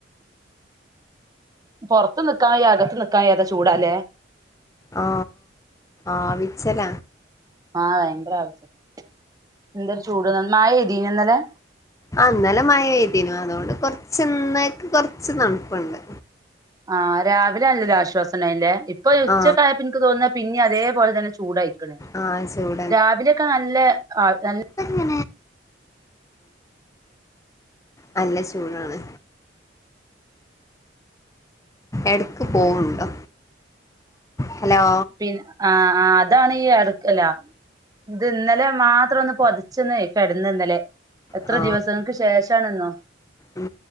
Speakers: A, on the right (about 20°); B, on the left (about 15°).
A: പൊർത്തും നിക്കാ വയ്യ അകത്തും നിക്കാ വയ്യാത്ത ചൂടാ ലേ
B: ആ ആവിച്ചല
A: ആ ഭയങ്കര ആവിച്ചല എന്തൊര് ചൂട്ന്ന മഴയ്തീന ന്നലെ
B: ആ ന്നലെ മഴയ്തിനു അതോണ്ട് കൊർച്ച് ഇന്നയ്ക്ക് കൊർച്ച് തൺപ്പ്ണ്ട്
A: ആ രാവിലെ അല്ലൊരു ആശ്വാസം ണ്ടായ് നുലേ ഇപ്പൊ ഉച്ചക്കായപ്പൊ
B: ആ
A: ഇൻക്ക് തോന്നാ പിന്നെ അതേപോലെ തന്നെ ചൂടായി ക്ക്ണ്
B: ആ ചൂട്
A: രാവിലൊക്കെ നല്ല ആ നൽ
B: ക്ക്ണ് നല്ല ചൂടാണ് എട്ക്ക് പോവുണ്ടോ ഹലോ
A: പിൻ ആ ആ അതാണ് ഈ എട്ക്കല ത് ന്നലെ മാത്രം ഒന്ന് പൊതച്ചൊന്ന് കടന്ന്ന്നലെ എത്ര
B: ആ
A: ദിവസങ്ങൾക്ക് ശേഷണെന്നോ
B: ഉം